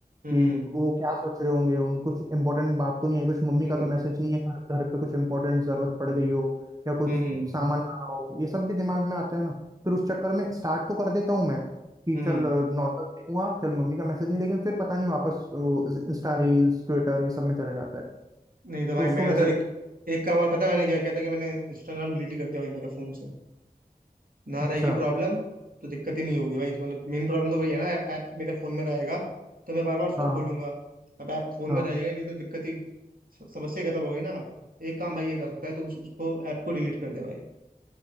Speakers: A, on the right; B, on the right.
A: हम्म
B: कि वो क्या सोच रहे होंगे उन कुछ इंपॉर्टेंट बात तो नहीं है कुछ मम्मी
A: हम्म
B: का तो मैसेज नहीं है घर घर पे कुछ इंपॉर्टेंट जरूरत पड़ गई हो या कुछ
A: हम्म हम्म। हम्म, हम्म,
B: सामान लाना हो ये सब भी दिमाग में आता है ना फिर उस चक्कर में स्टार्ट तो कर देता हूँ मैं कि
A: हम्म,
B: चल
A: हम्म,
B: नॉर्मल देखूंगा चल मम्मी का मैसेज नहीं लेकिन फिर पता नहीं वापस इंस्टा रील्स ट्विटर ये सब में चला जाता है
A: नहीं तो भाई
B: तो उसको
A: मैंने
B: कैसे
A: तो एक एक काम और पता है मैंने क्या किया था कि मैंने इंस्टाग्राम डिलीट ही कर दिया भाई मेरे फोन से ना
B: अच्छा
A: रहेगी प्रॉब्लम तो दिक्कत ही नहीं होगी भाई मतलब मेन प्रॉब्लम तो वही है ना ऐप ऐप मेरे फोन में रहेगा तो मैं बार बार उसको
B: हाँ
A: खोलूंगा
B: हाँ
A: अब ऐप फोन
B: हाँ
A: में रहेगा ही नहीं तो दिक्कत ही स- समस्या ही खत्म हो गई ना एक काम भाई ये कर सकता है तो उस, उसको ऐप को डिलीट कर दे भाई